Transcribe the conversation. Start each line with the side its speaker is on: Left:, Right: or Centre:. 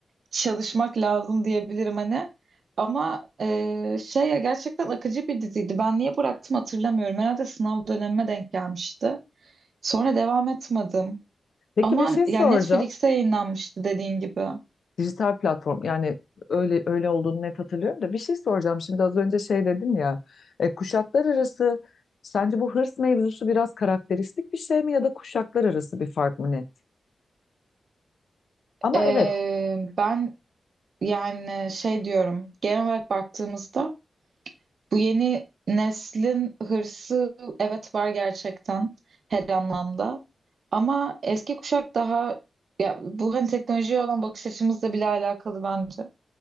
Right: çalışmak lazım diyebilirim hani. Ama e, şey ya gerçekten akıcı bir diziydi. Ben niye bıraktım hatırlamıyorum. Herhalde sınav dönemime denk gelmişti. Sonra devam etmedim.
Left: Peki
Right: Ama
Left: bir şey
Right: yani
Left: soracağım.
Right: Netflix'te yayınlanmıştı dediğin gibi.
Left: Dijital platform yani öyle öyle olduğunu net hatırlıyorum da bir şey soracağım. Şimdi az önce şey dedim ya e, kuşaklar arası sence bu hırs mevzusu biraz karakteristik bir şey mi ya da kuşaklar arası bir fark mı net? Ama
Right: Ee,
Left: evet Evet.
Right: ben yani şey diyorum genel olarak baktığımızda bu yeni neslin hırsı evet var gerçekten her anlamda. Ama eski kuşak daha ya bu hani teknolojiye olan bakış açımızla bile alakalı bence.